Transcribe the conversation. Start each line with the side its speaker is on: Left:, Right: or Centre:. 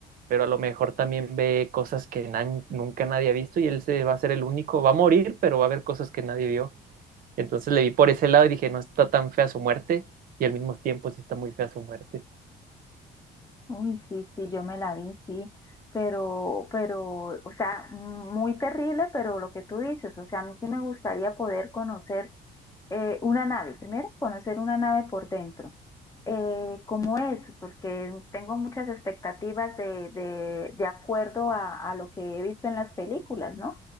Right: pero a lo mejor también ve cosas que nan- nunca nadie ha visto y él se va a ser el único, va a morir, pero va a ver cosas que nadie vio. Entonces le vi por ese lado y dije, no está tan fea su muerte y al mismo tiempo sí está muy fea su muerte.
Left: Uy, sí, sí, yo me la vi, sí. Pero, pero, o sea, muy terrible, pero lo que tú dices, o sea, a mí sí me gustaría poder conocer eh, una nave, primero conocer una nave por dentro eh, cómo es, porque tengo muchas expectativas de, de, de acuerdo a, a lo que he visto en las películas, ¿no?